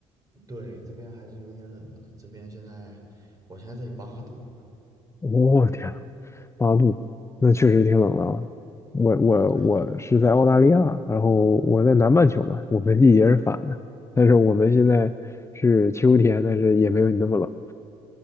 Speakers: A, on the right; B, on the left.
A: 对，这边还是有点冷的，这边现在我现在这里八度，
B: 我、天呐八度，那确实挺冷的啊。我我我是在澳大利亚，
A: 对的，
B: 然后我在南半球嘛，我们季节是反的，但是我们现在是秋天，但是也没有你那么冷。